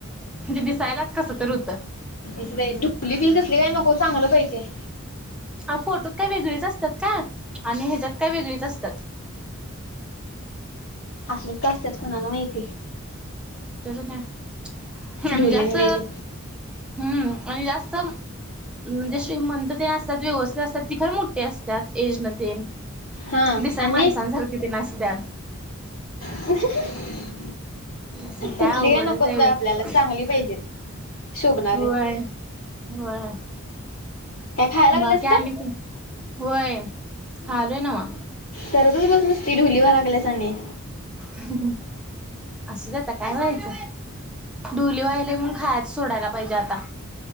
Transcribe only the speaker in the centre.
म्हंजी दिसायलाच कसं तर हुत.
आव फोटोत काय वेगळीच असत्यात काय आणि ह्याच्यात काय वेगळीच असत्यात.
तर ह्या हां आम्ही
जास्त.
हुं आणि जास्त उं म्हणजे श्रीमंत तेन असत्यात व्यवस्थित असतात ती खर मोठ्ठी असतात एज न तेन
दिसाय
माणसासारखी तेन असत्यात
ह <unintelligible> कसं काय
अवघडच
हाय,
होय होंय.
बाकी आणि
कोण होय खायालय नव्ह.
<inaudible> असु दे आता काय व्हायच ढोली व्हायलोय म्हणून खायच सोडायला पाहिजे आता